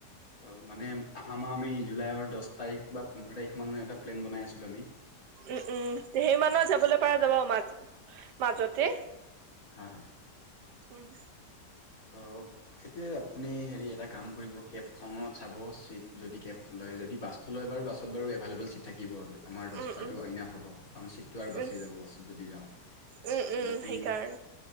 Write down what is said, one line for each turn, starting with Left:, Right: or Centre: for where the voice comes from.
Left: ত' মানে- অহা মাহৰ আমি জুলাইৰ দহ তাৰিখ বা পোন্ধৰ তাৰিখমানত এটা প্লেন বনাই আছিলোঁ আমি।
Right: উমঁ' উমঁ' সেইমানৰ যাবলৈ পৰা যাব মাজ, মাজতে।
Left: হয় হয়।
Right: উমঁ।
Left: ত সেইটোয়ে, আপুনি হেৰি এটা কাম কৰিব কেবখনত চাব চিট যদি কেব খন লয় যদি বাছ তো লয় বাৰু বাছত বাৰু এভলেবল চিট থাকিব। আমাৰ দহটাটো
Right: উম উম
Left: আইনাফ হ'ব কাৰণ ছিটটো আৰু বাছি
Right: উম
Left: যাব বাছত যদি যাওঁ। তেতিয়া
Right: উম
Left: হ'লে
Right: উম
Left: বাকী
Right: সেইকাৰণে